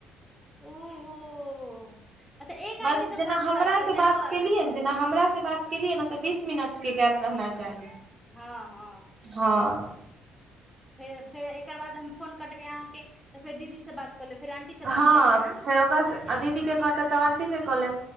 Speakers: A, in the centre; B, on the right (about 50°).
A: ओहो। अच्छा एक आदमी
B: बस
A: सँ
B: जेना
A: कॉल पूरा
B: हमरा
A: करियौ
B: से बात केलियै
A: आ
B: ने जेना हमरा से बात केलियै ने तऽ बीस मिनट के गैप रहना चाही,
A: हँ हँ
B: हँ।
A: फेर फेर एकर बाद हम फोन कटबै अहाँके त फेर दीदी से बात कल फेर आंटी से बात
B: हँ
A: कऽ लेबै ने
B: फेर ओकास से दीदी के कटत तऽ आंटी से कऽ लेब।